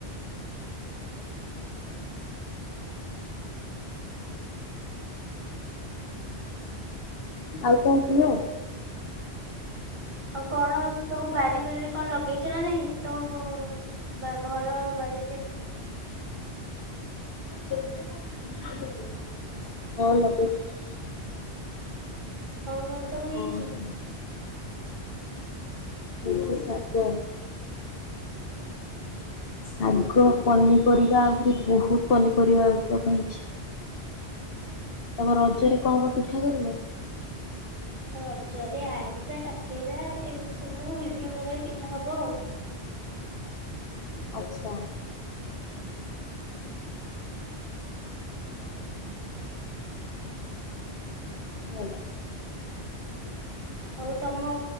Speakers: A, on the left; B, on the right.
A: ଆଉ କଣ କୁହ?
B: ଆଉ କଣ ସବୁ ବାରି ଫାରିରେ କଣ ଲଗେଇଚ ନା ନାଇଁ ତମ ବ ବା ଘର ବାରି ଟେ।
A: <inaudible> ହଁ ଲଗେଇଚୁ।
B: କଣ କଣ ସବୁ
A: ହଁ
B: ହେଇଚି?
A: ହଁ <inaudible> ଶାଗ। ଶାଗ ପନିପରିବା ଆହୁରି ବହୁତ ପନିପରିବା ଆଜି ଲଗା ହେଇଚି। ତମ ରଜରେ କଣ କଣ ପିଠା କରିବ?
B: ରଜରେ ଆରିସା, କାକେରା, ଏମିତି ସବୁ ବିଭିନ୍ନ ପ୍ରକାର ପିଠା ହବ ଆଉ।
A: ଆଚ୍ଛା। ଭଲ।
B: ହଉ ତମ